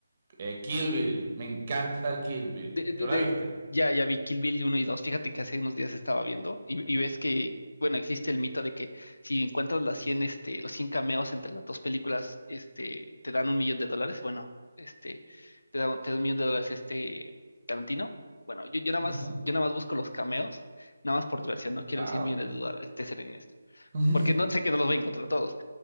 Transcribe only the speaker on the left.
De- de-
de-
ya, ya vi Kill Bill uno y dos Fíjate que hace unos días estaba viendo y, y ves que, bueno, existe el mito de que si encuentras las cien este, los 100 cameos entre las dos películas, este, te dan un millón de dólares. Bueno, este, te da, un- te da un millón de dólares este Tarantino. Bueno, yo, yo nada
más, yo nada más busco los cameos, nada más por diversión, no
quiero el 100 millones de dólares, te seré honesto.
Porque no sé que no los voy a encontrar todos.